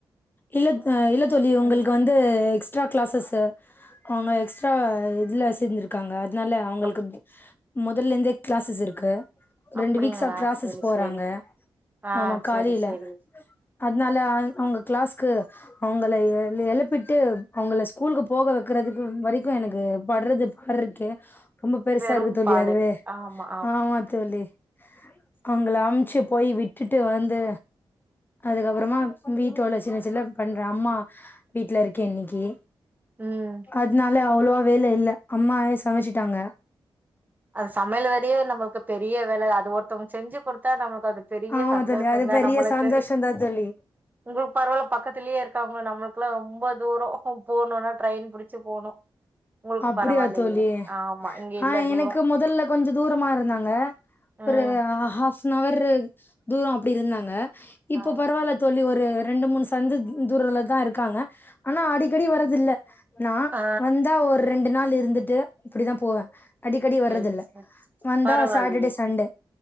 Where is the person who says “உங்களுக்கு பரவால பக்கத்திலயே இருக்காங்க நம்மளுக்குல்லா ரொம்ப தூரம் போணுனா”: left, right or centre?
Right